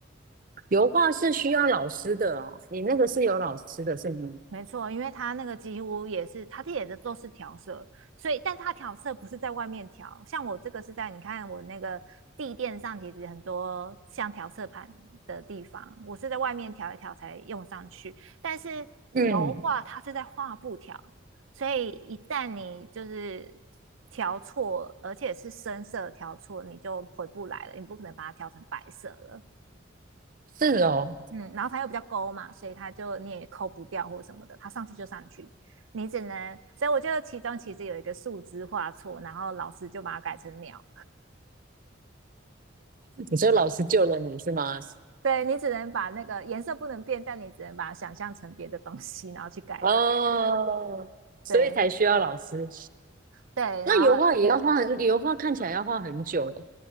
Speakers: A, on the right; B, on the right.
A: 油画是需要老师的哦，你那个是有老师的，是吗？
B: 没错，因为它那个几乎也是，它这也是都是调色，所以，但是它调色不是在外面调，像我这个是在你看我那个地垫上，其实很多像调色盘的地方，我是在外面调一调才用上去，但是油画它是在画布调，
A: 嗯
B: 所以一旦你就是调错，而且是深色调错，你就回不来了，你不可能把它调成白色了。
A: 是哦，
B: 嗯，然后它又比较勾嘛，所以它就你也抠不掉或什么的，它上去就上去，你只能，所以我觉得其中其实有一个树枝画错，然后老师就把它改成鸟。
A: 你说老师救了你是吗？
B: 对你只能把那个颜色不能变，但你只能把它想象成别的东西，然后去改它。
A: 哦，所以才需要老师。
B: 对对，
A: 那油画也要画很，
B: 然后嗯，
A: 油画看起来要画很久的，